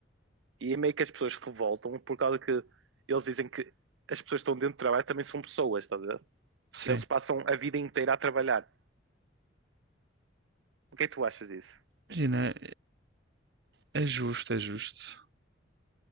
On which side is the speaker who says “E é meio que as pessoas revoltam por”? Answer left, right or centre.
Right